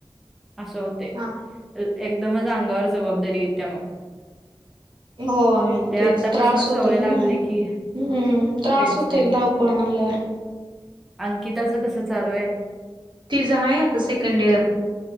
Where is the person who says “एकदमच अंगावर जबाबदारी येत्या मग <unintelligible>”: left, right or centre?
Centre